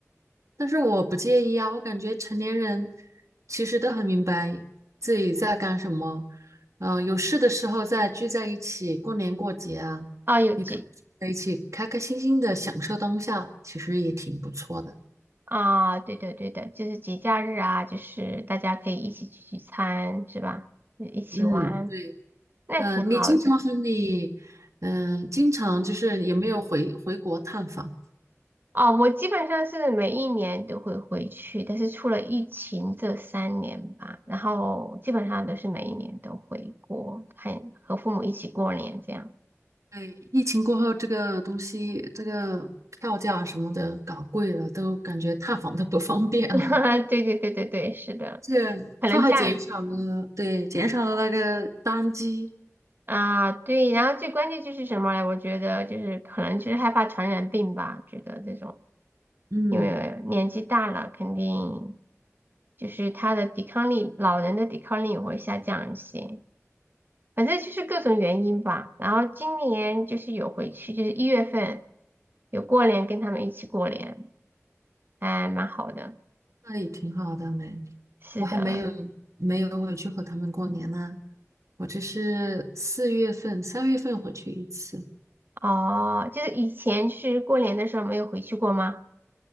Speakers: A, on the right; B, on the right.
A: 但是我不介意啊，我感觉成年人其实都很明白自己在干什么，嗯、有事的时候再聚在一起，过年过节啊，
B: 哦，有几
A: 也可以在一起开开心心的享受当下，其实也挺不错的。
B: 啊，对的对的，就是节假日啊，就是大家可以一起聚聚餐，是吧？一起玩，
A: 嗯，对。
B: 那挺好的。
A: 嗯、你经常和你，嗯、经常就是有没有回回国探访？
B: 哦，我基本上是每一年都会回去，但是出了疫情这三年吧，然后基本上都是每一年都回国，看和父母一起过年这样。
A: 对，疫情过后，这个东西，这个票价什么的搞贵了，都感觉探访都不方便了。
B: <laughs> 对对对对对，是的，
A: 这他
B: 可能这样
A: <laughs> 还减少了，对，减少了那个单机，
B: 啊，对，然后最关键就是什么呢？我觉得就是可能就是害怕传染病吧，觉得这种。
A: 嗯，
B: 因为年纪大了，肯定就是他的抵抗力，老人的抵抗力也会下降一些。反正就是各种原因吧。然后今年就是有回去，就是一月份有过年，跟他们一起过年，还蛮好的。
A: 那也挺好的没。
B: 是的，
A: 我还没有没有回去和他们过年呢，我只是四月份、三月份回去一次。
B: 哦，就是以前就是过年的时候没有回去过吗？